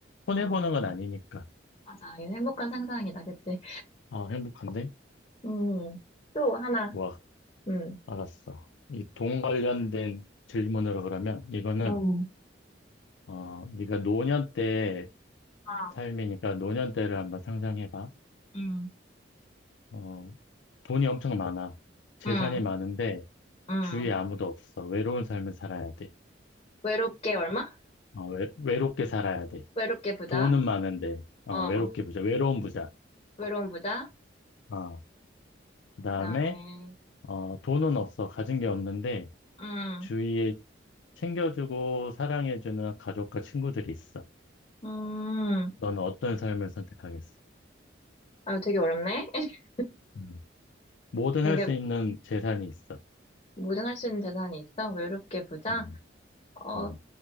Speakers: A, on the left; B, on the left.
A: 손해보는
B: 어,
A: 건 아니니까.
B: 맞아. 이거 행복한 상상이다, 그치?
A: 어, 행복한데?
B: 음, 또 하나.
A: 와.
B: 음,
A: 알았어. 이 돈 관련된 질문으로 그러면 이거는
B: 어.
A: 어 네가 노년 때
B: 아,
A: 삶이니까 노년 때를 한번 상상해봐.
B: 음,
A: 어 돈이 엄청 많아. 재산이
B: 음,
A: 많은데
B: 음.
A: 주위에 아무도 없어. 외로운 삶을 살아야 돼.
B: 외롭게 얼마?
A: 어, 외, 외롭게 살아야 돼.
B: 외롭게 부자.
A: 돈은 많은데 어
B: 어,
A: 외롭게 부자. 외로운 부자.
B: 외로운 부자.
A: 어 그다음에
B: 그다음에
A: 어 돈은 없어. 가진 게 없는데
B: 음,
A: 주위에 챙겨주고 사랑해주는 가족과 친구들이 있어.
B: 음,
A: 너는 어떤 삶을 선택하겠어?
B: 아 되게 어렵네. <laughs>
A: 음. 뭐든
B: 되게
A: 할 수 있는 재산이 있어.
B: 모전할 수 있는 재산이 있어? 외롭게 부자?
A: 음,
B: 어,
A: 음.